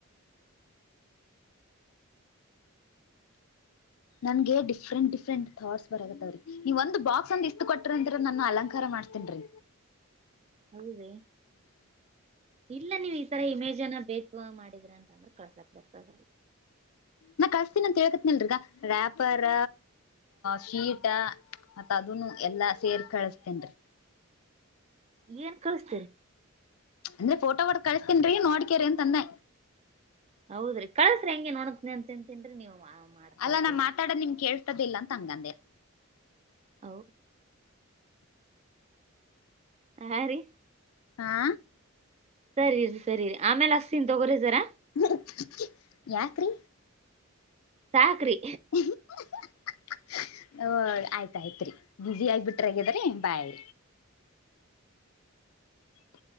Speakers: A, on the left; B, on the right.
A: ನನ್ಗೆ ಡಿಫ್ರೆಂಟ್ ಡಿಫರೆಂಟ್ ಥಾಟ್ಸ್ ಬರಗತ್ತಾವ್ರೀ ನೀವ ಒಂದು ಬಾಕ್ಸ್ ಅಂದ ಇಷ್ಟು ಕೊಟ್ಟ್ರ ಅಂದ್ರೆ ನನ್ನ ಅಲಂಕಾರ ಮಾಡ ಮಾಡ್ತೇನ್ಿ
B: ಹೌದ ಇಲ್ಲ ನೀವು ಈ ತರ ಇಮೇಜ್ನ್ನ ಬ ಮಾಡಿದ್ರ ಅಂತ ಅಂದ್ರೆ ಕಳ್ಸಾಕ್ ಬರ್ತದ
A: ನಾ ಕಳ್ಸ್ತೀನಿ ಅಂತ ಹೇಕತ್ಿನಿಲ್ರಗ ರ್ಯಾಪರ್ ಶೀಟ ಮತ್ತ್ ಅದನು ಎಲ್ಲಾ ಸೇರ್ ಕಳಸ್ತೇನ್ೀ
B: ಏನ್ ಕಳಸ್ತರಿ
A: ಅಂದ್ರೆ ಫೋಟೋ ಹೊ ಕಳಿಸಸ್ತನ್ರೀ ನೋಡ್ಕ್ಯ್ರ ಅಂತಂದೆ
B: ಹೌದ್ರಿ ಕಳಸ್ರಿ ಹೆಂಗೆನ್ ನೋಡ ತಿನ್ಂತನ್ಿ ನೀವು ಮಾಡ
A: ಅಲ್ಲಾ
B: ಕಳಕ್ಲಾಗ್ಯದ
A: ನಾ ಮಾತಾಡ ನಿಮ ಕೇಳ್ತದಿಲ್ಲ ಅಂತ ಹಂಗಂದೆ
B: ಹ ಹ ರೀ
A: ಆಾ
B: ಸರಿರಿ ಸರಿ ಆಮೇಲೆ ಅಸ್ತಿನ್ ತೊಗೋರಿಿದರಾ
A: ಹ್ಮ ಯಾಕ್ರಿ
B: ಸಾಕ್ರಿ
A: ಹ್ಮ ಹ ಆಯ್ತಾಯ್ತ್ರಿ ಬುಸಿ ಆಗ್ಬಿಟ್ರಗ್ಯದ್ರಿ ಬಾಯಿ <inaudible>